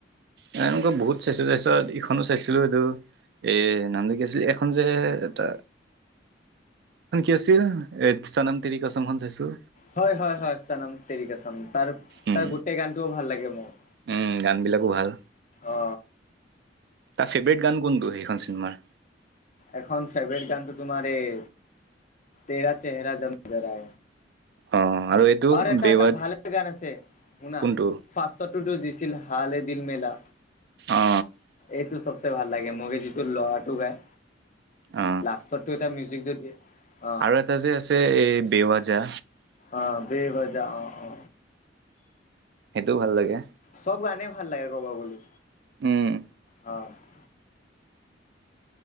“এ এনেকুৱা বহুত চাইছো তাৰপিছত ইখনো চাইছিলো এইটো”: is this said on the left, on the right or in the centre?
Right